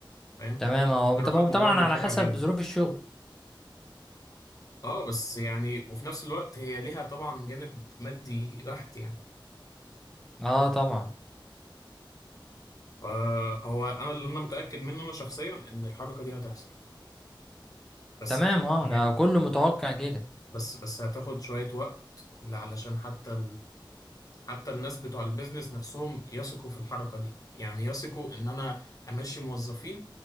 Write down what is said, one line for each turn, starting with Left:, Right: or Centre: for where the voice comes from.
Left: فاهم
Centre: تمام هو
Left: بصراحة
Centre: طب-
Left: الموضوع
Centre: طبعا
Left: بيتسرع
Centre: على حسب
Left: جامد
Centre: ظروف الشغل
Left: اه بس يعني وفي نفس الوقت هي ليها طبعا جانب مادي بحت يعني
Centre: اه طبعا
Left: فهو انا اللي انا متاكد منه انا شخصيا ان الحركه دي هتحصل بس
Centre: تمام
Left: بصراحه
Centre: اه ده
Left: يعني
Centre: كله متوقع كده
Left: بس بس هتاخد شويه وقت علشان حتى حتى الناس بتوع البيزنس نفسهم يثقوا في الحركة دي يعني يثقوا ان انا امشي موظفين